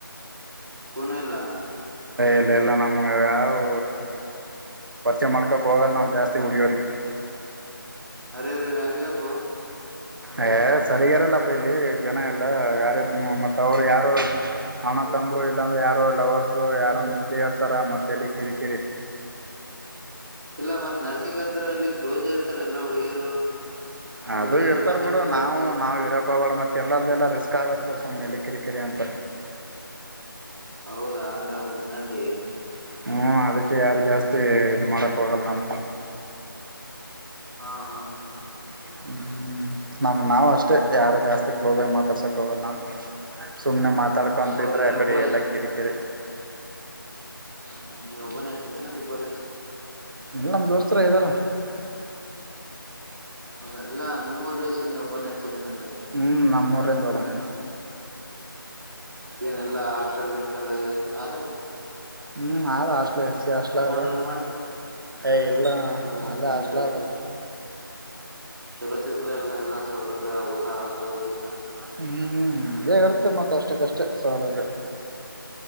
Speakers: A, on the right (about 50°); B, on the right (about 65°).
A: ಕನ ಇಲ್ಲ
B: ಇಲ್ಲ ಇಲ್ಲ ನಮಗ ಯಾವು ಚೆ ಮಾಡ್ಕೋಕ್ಕೆ ಹೋಗಲ್ಲ ನಾವು ಜಾಸ್ತಿ ಹಡಿಯೋ್ರರಿಗೆ
A: ಅರೆ ಅರೆ ಆಂಗ್ಯಾಕೊ
B: ಏ ಸರಿಗಾರಲ್ಲಪ್ಪ ಇಲ್ಲಿ ಜನ ಎಲ್ಲ ಯಾರ ಮತ್ತ ಅವರು ಯಾರು ತಂಬು ಇಲ್ಲಾಂದ್ರೆ ಯಾರೋ ಲವರ್ಸ್ ಸೊ ಯಾರು ನ್ದೆ ಹರ್ತಾರ ಮತ್ತೆಲ್ಲಿ ಕಿರಿಕಿರಿ
A: ಇಲ್ಲ ಮತ್ ನರ್ಸಿಂಗ್ ಅಂದ್ರೆ ಅಲ್ಲಿ ಕ್ಲೋಸ್ ಇರ್ತಾರ ಎಲ್ಲಾ ಹುಡುಗಿಯರು
B: ಅದು
A: ಕ್ಲೋಸ್ ಆಗಿ
B: ಇರ್ತಾರ
A: ಮಾತಾಡ್ಬೇಕಾತ್
B: ಬಿಡು ನಾವು ನಾವ್ ಇರಕ್ಬಳ ಮತ್ತೆ ತಿರ್ಲಾರದೆಲ್ಲ ರಿಸ್ಕ್ ಆಗತ್ತೆ ಸುಮ್ಮ್ನೆಲೆ ಕಿರಿಕಿರಿ ಅಂತ
A: ಹೌದಾ ಹ ಹ ನಂದಿ
B: ಹ್ಮ ಅದು ಯಾರು ಜಾಸ್ತಿ ಇದು ಮಾಡಕ ಹೋಗಲ್ಲ ನಾನು
A: ಹಾ ಹಾ ಹಾ
B: ಹ್ಮ್ ನಮ ನಾವ ಅಷ್ಟೇ ಯಾರು ಜಾಸ್ತಿ ಕ್ಲೋಸ್ ಆಗಿ ಮಾತಾಡ್ಸಕ್ ಹೋಗಲ್ಲ ನಾು ಸುಮ್ನೆ ಮಾತಾಡ್ಕೊಂತಿದ್ರೆ
A: ಹೌದಾ ನೀ
B: ಆಕಡೆ
A: ಒಬ್ಬ
B: ಎಲ್ಲ ಕಿರಿಕಿರಿ
A: ಹ ನೀ ಒಬನಯಚ ನ ಅಲ್ಲಿ ಕಜ
B: ಇಲ್ಲ ನಮ ದೋಸ್ತರ ಇದ್ದಾರ
A: ಹೌದಾ ಎಲ್ಲ ನಿಮ್ಮರಿಲೇಷನ್ ನೀವು ಒಬ್ಬನೇ ಹಚ್ಚಿದೇನಂದೆ
B: ಹ್ಮ್ ನಮ್ಮ್ೂಊರಿಂದ ಹೋಗೋನೆ ನಾನನ್
A: ಏನೆಲ್ಲಾ ಹಾಸ್ಟೆಲ್ ಗಿಷ್ಟಲ್ಲ ಅಲ್ಲ
B: ಹ್ಮ್ ಅ ಅಷ್ಟು ಎಸ ಹಸ್ಲ ಅದ
A: ಡೌನ್ ಮಾಡ್ತಿ
B: ಏ ಇಲ್ಲ
A: ಹೌದಾ
B: ಅಲ್ಲ
A: ಏನ್
B: ಹಸ್ಲ
A: ಚಲೋ
B: ಅದ
A: ಚಲೋ ಸಿತದೆ ಅಲ್ಲ ಎಲ್ಲ ಸೌಲಭ್ಯ ಊಟ ಅದು ಇದು
B: ಹ್ಮ್ ಹ್ಮ್ ಬೇಗ ಅರ್ಥ ಮತ್ತತ್ ಅಷ್ಟಕ್ಕ ಅಷ್ಟೇ ಸವಾಲದ